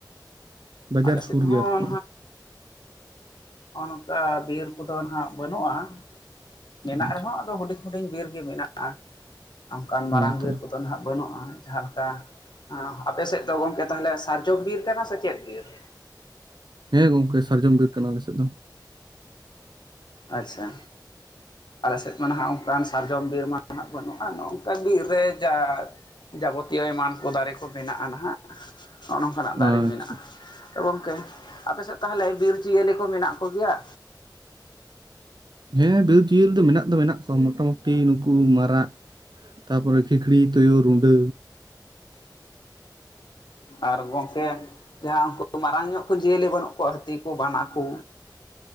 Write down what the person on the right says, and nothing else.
ᱵᱟᱡᱟᱨ
ᱥᱩᱨ
ᱜᱮᱭᱟ
ᱟᱨ ᱠᱤ᱾
ᱟᱪᱪᱷᱟ
ᱦᱮᱸ
ᱛᱚ
ᱦᱮᱸ ᱜᱚᱝᱠᱮ ᱥᱟᱨᱡᱚᱢ ᱵᱤᱨ ᱠᱟᱱᱟ ᱟᱞᱮ ᱥᱮᱫ ᱫᱚ᱾
ᱟᱪᱪᱷᱟ
ᱦᱮᱸ ᱵᱤᱨ ᱪᱤᱭᱟᱹᱞᱤ ᱫᱚ ᱢᱤᱱᱟᱜ ᱫᱚ ᱢᱮᱱᱟᱜ ᱠᱚᱣᱟ ᱢᱚᱴᱟᱼᱢᱩᱴᱤ ᱱᱩᱠᱩ ᱢᱟᱨᱟᱜ᱾ ᱛᱟᱯᱚᱨᱮ ᱠᱷᱤᱸᱠᱲᱤ ᱛᱩᱭᱩ ᱨᱩᱸᱰᱟᱹ᱾